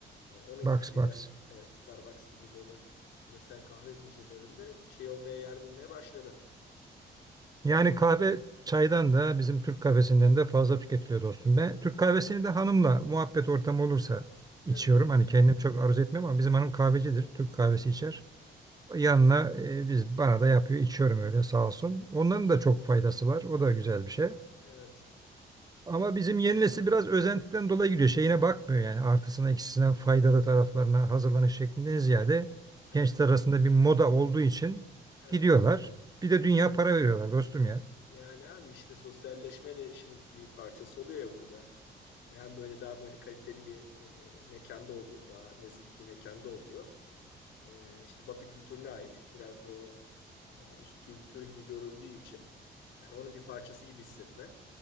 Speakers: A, on the left; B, on the right.
A: E, onun
B: Box
A: gibi şeyler
B: box.
A: e, Starbucks gibi böyle küresel kahve zincirlerinde şey olmaya yer bulmaya başladı.
B: Yani kahve çaydan da bizim Türk kahvesinden de fazla tüketiliyor dostum. Ben Türk kahvesini de hanımla muhabbet ortamı olursa
A: Evet.
B: içiyorum. Hani kendim çok arzu etmem ama bizim hanım kahvecidir. Türk kahvesi
A: Hı hı.
B: içer. Yanına e, biz bana da yapıyor. içiyorum öyle sağ olsun. Onların da çok faydası var. O da güzel bir şey.
A: Evet.
B: Ama bizim yeni nesil biraz özentiden dolayı gidiyor. Şeyine bakmıyor yani artısına eksisine faydalı taraflarına hazırlanış şeklinden ziyade
A: Evet.
B: gençler arasında bir moda olduğu için
A: Evet.
B: gidiyorlar. Bir de dünya para veriyorlar dostum ya.
A: Yani abi işte sosyalleşme de işin bir parçası oluyor ya burada. Hem böyle daha böyle kaliteli bir e, mekanda oluyor. Daha nezih bir mekanda oluyor. e, işte Batı kültürüne ait. Biraz da o e, üst kültür gibi görüldüğü için yani onun bir parçası gibi hissetme